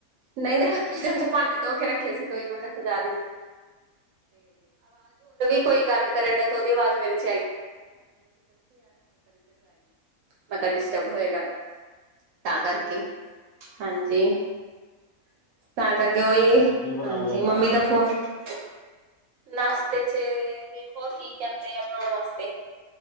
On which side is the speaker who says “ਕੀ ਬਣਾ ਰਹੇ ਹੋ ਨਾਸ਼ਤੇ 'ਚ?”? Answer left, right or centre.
Right